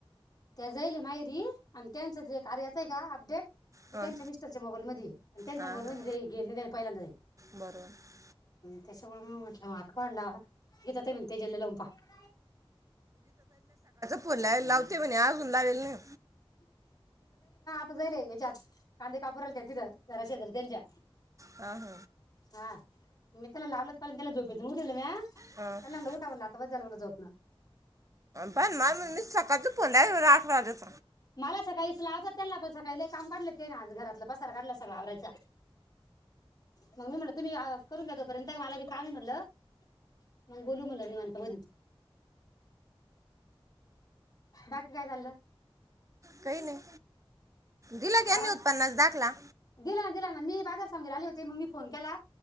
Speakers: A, on the left (about 45°); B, on the right (about 35°).
A: त्या जाईले मायेरी आणि त्यांचं जे कार्याच आहे का अपडेट, ते
B: हां
A: त्यांच्या मिस्टरच्या मोबाईल मदीये आणि त्यांच्या
B: हां
A: मोबाईल मदी
B: हां
A: ते गेल नाही, त्यानी पहिल्यांदाय.
B: बरोबर
A: त्याच्यामुळे म म्हटलं मझ कॉल लावा गीता ताई म्हणते जल लवून पाहा.
B: बोलाय लाव- ते म्हने आजून लावेल नायी.
A: जल्या हेच्यात, कांदे कापू राहील्या तिथं घराशेजारी त्यांच्या.
B: ह ह
A: हा मी त्याला लावलत पा त्याला झोपेतून उठवलं म्या.
B: हां
A: येनाना उटा म्हटलं आता, बस झाल म्हंटल झोप. ना
B: पण मा मी सकाळचं फोन लाव आठ वाजाच
A: मला सकाळीस लाव त्यांना पण सकाळी काम काढलं ते ना आज घरातलं पसार काढलं सगळ आवरायचा. मग मी म्हटलं तुम्ही- करून घ्या तोपर्यंत मला बी काम म्हटलं मग बोलू म्हटल निवांत मधी. बाकी काय चाल्लं?
B: काही नाही. दिला की यांनी
A: आराम
B: उत्पन्नास दाखला.
A: दिला ना दिला ना मी बाजार समजर आले होते, मग मी फोन केला.